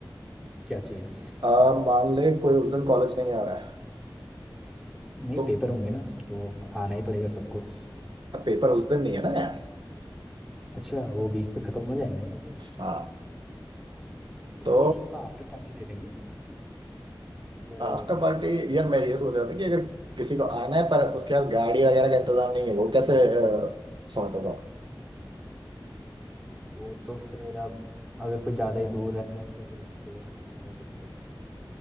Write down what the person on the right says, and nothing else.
आ, मान ले कोई उस दिन कॉलेज नहीं आ रहा है
तो
पेपर उस दिन नहीं है ना यार
हाँ
तो
आफ्टर पार्टी यार मैं ये सोच रहा था कि अगर किसी को आना है पर उसके पास गाड़ी वगैरह का इंतजाम नहीं है वो कैसे सॉर्ट होगा